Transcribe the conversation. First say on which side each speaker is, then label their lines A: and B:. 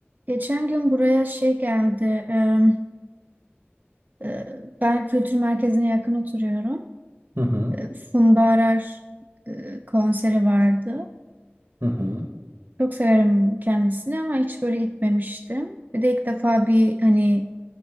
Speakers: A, on the right (about 40°); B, on the right (about 70°).
A: Geçen gün buraya şey geldi. e, e, ben kültür merkezine yakın oturuyorum.
B: Hı hı.
A: E, Funda Arar e, konseri vardı.
B: Hı hı.
A: Çok severim kendisini ama hiç böyle gitmemiştim. Bir de ilk defa bir hani